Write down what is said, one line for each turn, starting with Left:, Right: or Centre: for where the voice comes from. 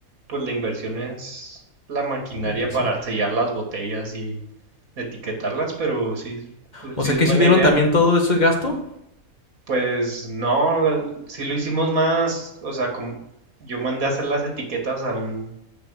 Right: pues la inversión es la maquinaria
Left: Y Pues
Right: para
Left: sí.
Right: sellar las botellas y etiquetarlas, pero sí, pues
Left: O
Right: sí
Left: sea
Right: es
Left: que
Right: buena
Left: si vieron
Right: idea.
Left: también todo ese gasto.
Right: Pues no, la- sí lo hicimos más, o sea, com- yo mandé a hacer las etiquetas a un,